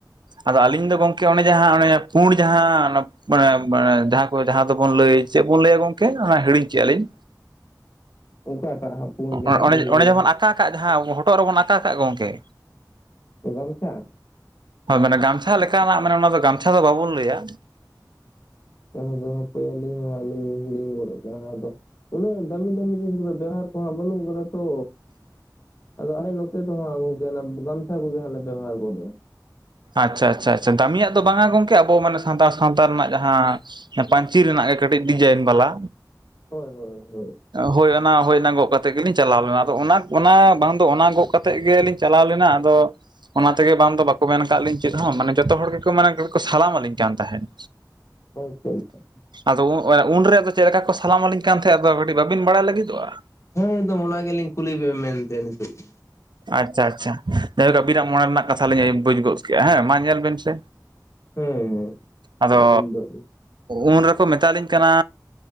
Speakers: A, on the right (about 85°); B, on the left (about 40°).
A: ᱟᱫᱚ ᱟᱹᱞᱤᱧ ᱫᱚ ᱜᱚᱝᱠᱮ ᱚᱱᱮ ᱡᱟᱦᱟᱸ ᱚᱱᱮ ᱯᱩᱬ ᱡᱟᱦᱟᱸ ᱢᱟᱱᱮ ᱡᱟᱦᱟᱸ ᱠᱚ ᱡᱟᱦᱟᱸ ᱫᱚᱵᱚᱱ ᱞᱟᱹᱭ, ᱪᱮᱫ ᱵᱚᱱ ᱞᱟᱹᱭᱟ ᱜᱚᱝᱠᱮ ᱚᱱᱟ ᱦᱤᱲᱤᱧ ᱠᱮᱫᱼᱟ ᱞᱤᱧ,
B: ᱚᱠᱟᱴᱟᱜ ᱦᱟᱸᱜ ᱯᱩᱬ ᱜᱮ
A: ᱚᱸ
B: ᱦᱟᱸᱜ
A: ᱚᱸᱰᱮ
B: ᱵᱤᱱ ᱞᱟᱹᱭᱟ
A: ᱚᱸᱰᱮ ᱡᱮ ᱵᱚᱱ ᱟᱠᱟ ᱠᱟᱜ ᱡᱟᱦᱟᱸ ᱦᱚᱴᱚᱜ ᱨᱮᱵᱚᱱ ᱟᱠᱟ ᱠᱟᱜ ᱜᱚᱝᱠᱮ,
B: ᱚ ᱜᱟᱢᱪᱷᱟ?
A: ᱦᱚᱭ ᱢᱟᱱᱮ ᱜᱟᱢᱪᱷᱟ ᱞᱮᱠᱟᱱᱟᱜ ᱢᱟᱱᱮ ᱚᱱᱟ ᱫᱚ ᱜᱟᱢᱪᱷᱟ ᱫᱚ ᱵᱟᱵᱚᱱ ᱞᱟᱹᱭᱟ᱾
B: <inaudible> ᱦᱟᱯᱮ ᱟᱞᱤᱧ ᱦᱚᱸᱜ-ᱟᱞᱤᱧ ᱦᱤᱲᱤᱝ ᱜᱚᱫ ᱠᱟᱜ-ᱟ ᱦᱟᱸᱜ ᱟᱫᱚ ᱩᱱᱟᱹᱜ ᱫᱟᱹᱢᱤ ᱫᱟᱹᱢᱤ ᱡᱤᱱᱤᱥ ᱠᱚᱫᱚ ᱵᱮᱣᱦᱟᱨ ᱠᱚᱦᱚᱸ ᱵᱟᱹᱱᱩᱜ ᱠᱟᱫᱟ ᱛᱚ, ᱟᱫᱚ ᱟᱞᱮ ᱱᱚᱛᱮ ᱫᱚ ᱦᱟᱸᱜ ᱜᱚᱝᱠᱮ ᱚᱱᱟ ᱜᱟᱢᱪᱷᱟ ᱠᱚᱜᱮ ᱦᱟᱸᱜ ᱞᱮ ᱵᱮᱵᱦᱟᱨ ᱜᱚᱫ-ᱮᱫ᱾
A: ᱟᱪᱪᱷᱟ ᱟᱪᱪᱷᱟ ᱟᱪᱪᱷᱟ ᱫᱟᱢᱤᱭᱟᱜ ᱫᱚ ᱵᱟᱝᱟ ᱜᱚᱝᱠᱮ ᱟᱵᱚ ᱢᱟᱱᱮ ᱥᱟᱱᱛᱟᱲ ᱥᱟᱶᱛᱟ ᱨᱮᱱᱟᱜ ᱡᱟᱦᱟᱸ ᱦᱮᱸ ᱯᱟᱧᱪᱤ ᱨᱮᱱᱟᱜ ᱜᱮ ᱠᱟᱹᱴᱤᱡ ᱰᱤᱡᱟᱭᱤᱱ ᱵᱟᱞᱟ᱾
B: ᱦᱳᱭ ᱦᱳᱭ ᱦᱳᱭ᱾
A: ᱦᱳᱭ ᱚᱱ, ᱦᱳᱭ ᱚᱱᱟ ᱜᱚᱜ ᱠᱟᱛᱮᱜ ᱜᱮᱞᱤᱧ ᱪᱟᱞᱟᱣ ᱞᱮᱱᱟ ᱟᱫᱚ ᱚᱱᱟ, ᱚᱱᱟ ᱵᱟᱝ ᱫᱚ ᱚᱱᱟ ᱜᱚᱜ ᱠᱟᱛᱮᱜ ᱜᱮᱞᱤᱧ ᱪᱟᱞᱟᱣ ᱞᱮᱱᱟ ᱟᱫᱚ, ᱚᱱᱟ ᱛᱮᱜᱮ ᱵᱟᱝ ᱫᱚ ᱵᱟᱠᱚ ᱢᱮᱱ ᱠᱟᱜ ᱞᱤᱧ ᱪᱮᱫ ᱦᱚᱸ ᱢᱟᱱᱮ ᱡᱚᱛᱚ ᱦᱚᱲ ᱜᱮᱠᱚ ᱢᱟᱱᱮ ᱠᱚ ᱥᱟᱞᱟᱢ ᱟᱞᱤᱧ ᱠᱟᱱ ᱛᱟᱦᱮᱸᱫ᱾
B: <inaudible>
A: ᱟᱫᱚ <inaudible> ᱩᱱᱨᱮ ᱟᱫᱚ ᱪᱮᱫ ᱞᱮᱠᱟ ᱠᱚ ᱥᱟᱞᱟᱢ ᱟᱹᱞᱤᱧ ᱠᱟᱱ ᱛᱟᱦᱮᱸᱫ ᱟᱫᱚ ᱠᱟᱹᱴᱤᱡ ᱵᱟᱹᱵᱤᱱ ᱵᱟᱲᱟᱭ ᱞᱟᱹᱜᱤᱫᱚᱜ-ᱟ?
B: ᱦᱮᱸ ᱮᱠᱫᱚᱢ ᱚᱱᱟ ᱜᱮᱞᱤᱧ ᱠᱩᱞᱤ ᱵᱮᱱ ᱢᱮᱱᱛᱮ ᱱᱤᱛᱚᱜ ᱫᱚ᱾
A: ᱟᱪᱪᱷᱟ ᱟᱪᱪᱷᱟ, ᱡᱟᱭᱦᱳᱠ ᱟᱵᱤᱱᱟᱜ ᱢᱚᱱᱮ ᱨᱮᱱᱟᱜ ᱠᱟᱛᱷᱟ ᱞᱤᱧ ᱵᱩᱡᱽ ᱜᱚᱜ ᱠᱮᱜᱼᱟ ᱦᱮᱸ ᱢᱟ ᱧᱮᱞ ᱵᱤᱱ ᱥᱮ
B: ᱦᱮᱸ ᱦᱮᱸ
A: ᱟᱫᱚ
B: ᱟᱹᱵᱤᱱ ᱫᱚ
A: ᱩᱱ ᱨᱮᱠᱚ ᱢᱮᱛᱟᱞᱤᱧ ᱠᱟᱱᱟ